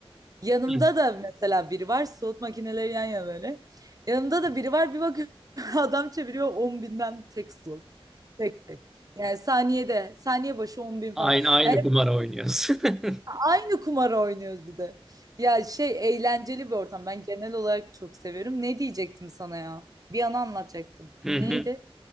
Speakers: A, on the right; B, in the centre.
A: Yanımda
B: <laughs>
A: da mesela biri var slot makineleri yan yana böyle. Yanımda da biri var bir bakıyorum <laughs> adam çeviriyor 10 binden tek slot. Tek tek. Yani saniyede saniye başı 10 bin
B: Aynı
A: falan.
B: aynı
A: Yani
B: kumar oynuyoruz. <laughs>
A: Aynı kumarı oynuyoruz bir de. Ya şey eğlenceli bir ortam. Ben genel olarak çok seviyorum. Ne diyecektim sana ya? Bir an anlatacaktım.
B: Hı hı.
A: Neydi?